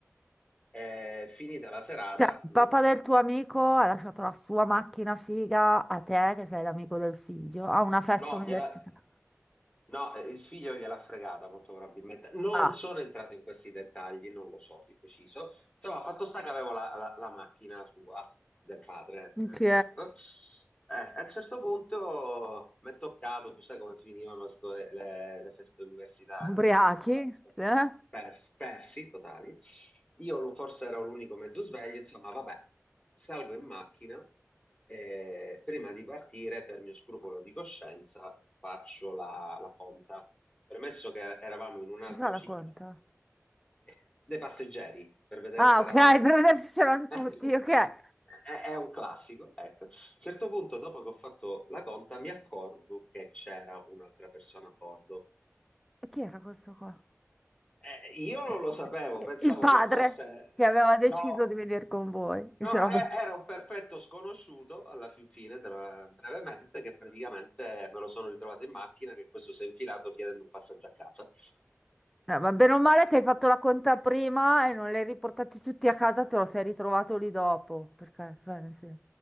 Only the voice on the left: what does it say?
E finita la serata,
non ti
dico.
No,
gliela. No, eh, il figlio gliel'ha fregata molto probabilmente. Non
sono entrato in questi dettagli, non lo so di preciso. Insomma, fatto sta che avevo la, la- la macchina sua, del padre,
eh, ecco. Eh, a un certo punto mi è toccato, tu sai come finivano sto- le, le- le feste universitarie,
no? Dopo la disco-
pers- persi totali. Io forse ero l'unico mezzo sveglio, insomma, vabbè, salgo in macchina. Eh, prima di partire, per mio scrupolo di coscienza, faccio la, la conta. Premesso che eravamo in un'altra
città, <laughs> dei passeggeri, per vedere
se
eravamo
tutti.
<laughs>
È, è un classico, ecco. A un certo punto, dopo che ho fatto la conta, mi accorgo che c'era un'altra persona a bordo.
Eh, io non
lo sapevo,
pensavo
che fosse...
No!
No,
e-
era un perfetto sconosciuto alla fin fine, te lo- brevemente, che praticamente me lo sono ritrovato in macchina, che questo si è infilato chiedendo un passaggio a casa.